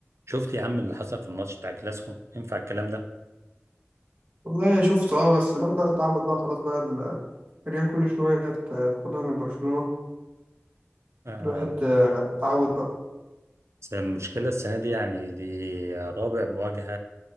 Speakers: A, on the right; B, on the right.
A: شفت يا عم اللي حصل في الماتش بتاع كلاسيكو ينفع الكلام ده
B: والله شفت اه بس الواحد بقى اتعود بقى خلاص بقى ال- الريال كل شوية ت- تاخدها من برشلونة
A: آه،
B: الواحد آه، اتعود بقى
A: بس المشكلة السنة دي يعني دي رابع مواجهة